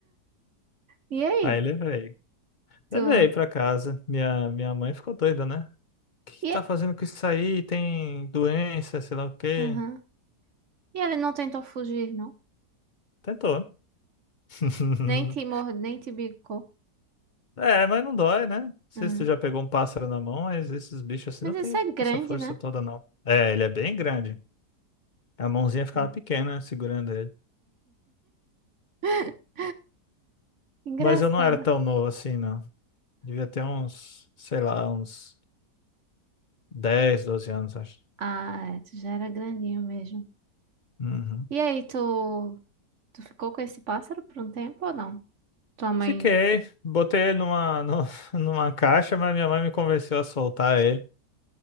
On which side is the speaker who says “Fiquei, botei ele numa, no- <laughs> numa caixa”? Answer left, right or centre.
Left